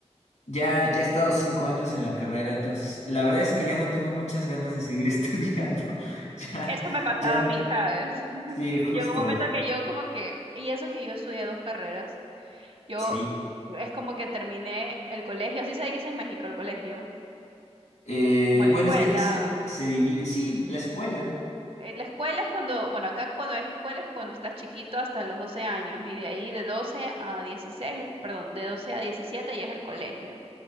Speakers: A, on the left; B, on the right.
A: ya, ya he estado cinco años en la carrera, entonces la verdad es que ya no tengo muchas ganas de seguir <laughs> estudiando. Ya,
B: Eso me pasaba
A: ya,
B: a mí, ¿sabes? <laughs>
A: sí, justo,
B: Llegó un momento que yo como que, y eso que yo estudié dos carreras, yo
A: sí.
B: es como que terminé el colegio, así se dice en México, el colegio,
A: Eh,
B: como la
A: bueno,
B: escuela.
A: es que aquí se, se divide. Sí, la escuela.
B: Eh, La escuela es cuando, bueno, acá cuando es escuela es cuando estás chiquito hasta los 12 años y de ahí de 12 a 16, perdón, de 12 a 17 ya es el colegio.